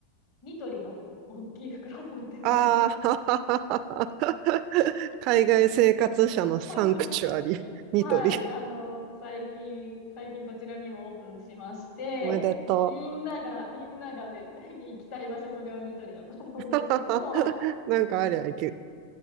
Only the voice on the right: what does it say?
ああ、<laughs> 海外生活者のサンクチュアリ、
ニトリ。
おめでとう。
<laughs> なんかありゃいけ、